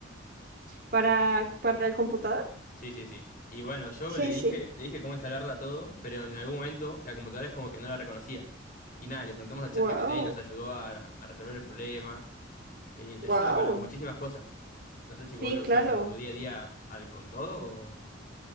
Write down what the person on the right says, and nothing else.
¿Para, para el computador?
Sí,
sí.
Wow,
wow.
Sí,
claro.